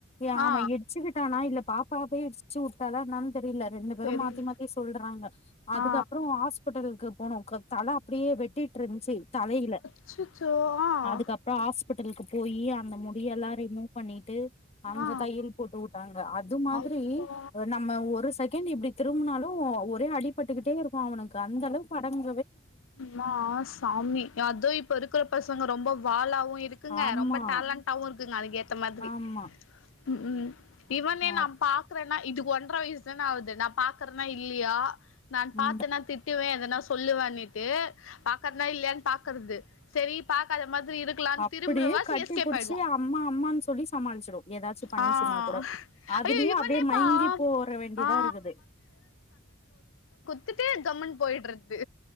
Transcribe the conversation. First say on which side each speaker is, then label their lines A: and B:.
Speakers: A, on the left; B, on the left.
A: ஏ ஆமா
B: ஆ
A: எச்சுக்கிட்டானா இல்ல பாப்பா போய் இட்சு உட்டாலா என்னான் தெரில ரெண்டு பேரு
B: தெரில
A: மாத்தி மாத்தி சொல்றாங்க அதுக்கப்புறோ
B: ஆ
A: ஹாஸ்பிட்டலுக்கு போனு க தல அப்டியே வெட்டிட்டு ட்ருந்துச்சு தலையில
B: அச்சச்சோ ஆஹ்
A: அதுக்கப்புறோ ஹாஸ்பிட்டலுக்கு போய் அந்த முடிய எல்லா ரிமூவ் பண்ணிட்டு அங்க
B: ஆ
A: தையல் போட்டு உட்டாங்க அது மாதிரி
B: அப்பா
A: நம்ம ஒரு சக்த எங்க இப்டி திரும்புனாலு ஒரே அடிபட்டுக்கிட்டே இருக்கு அவனுக்கு அந்த அளவுக்கு அடங்கு
B: மா சாமி அது இப் இப்ப இருக்கிற பசங்க ரொம்ப வாழாவு இருக்குங்க
A: ஆமா
B: ரொம்ப டேலண்டாவு இருக்குங்க அதுக்க ஏத்த மாதிரி
A: ஆமா
B: உம் இவனே
A: ஆ
B: நா பாக்கறனா இதுக் ஒன்ற வயசு தானே ஆகுது நா பாக்குறனா இல்லயா நான் பாத்தனா
A: ம்
B: திட்டுவே எதுனா சொ சொல்லுவானிட் து பாக்கறனா இல்லயான்னு பாக்குறது செரி பாக்காத மாதிரி இருக்கலான்னு
A: அப்டியே
B: திரும்புறவாசி
A: கட்டிப்
B: எஸ்கேப்
A: புடிச்சு
B: ஆயிடுவா
A: அம்மா அம்மான்னு சொல்லி சமாளிச்சிடு ஏதாச்சு பண்ணுச்சுன்னா
B: ஆ
A: கூட அதுலயே
B: ஐயோ இவனேப்பா
A: அப்டியே மயங்கி போர வேண்டியதா
B: ஆ
A: இருக்குது
B: கத்துட்டே கம்ன் போயிடுறது